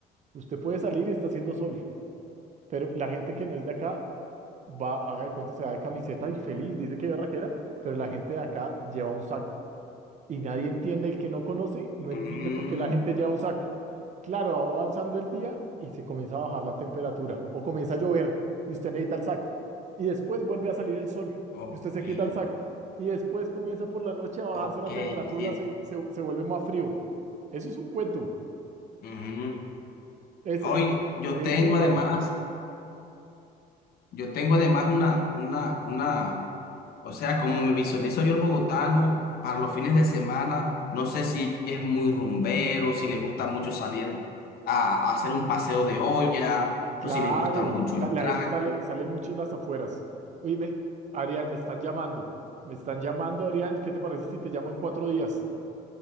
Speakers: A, on the right; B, on the left.
A: Usted puede salir y está haciendo sol. Pero la gente que no es de acá va, haga de cuenta, se va de camiseta y feliz, dice que barraquera, pero la gente de acá lleva un saco. Y nadie entiende, el que no conoce, no
B: Mm,
A: entiende por qué la gente lleva un saco. Claro, va avanzando el día y se comienza a bajar la temperatura o comienza a llover y usted necesita el saco. Y después vuelve a salir el sol
B: ok,
A: y usted se quita el saco. Y después comienza por la noche a bajarse
B: ok,
A: la temperatura,
B: sí.
A: se, se- se vuelve más frío. Eso es un cuento.
B: ujú.
A: Es,
B: Oye,
A: eh,
B: yo
A: es
B: tengo
A: bien
B: además,
A: raro.
B: yo tengo además una, una, una O sea, como me visualizo yo el bogotano para los fines de semana, no sé si es muy rumbero, si le gusta mucho salir a, a hacer un paseo de olla
A: Claro,
B: o si le gusta mucho
A: la,
B: el
A: la
B: trago.
A: gente sale, sale mucho en las afueras. Oye, me- Adrián, me están llamando. Me están llamando, Adrián. ¿Qué te parece si te llamo en cuatro días?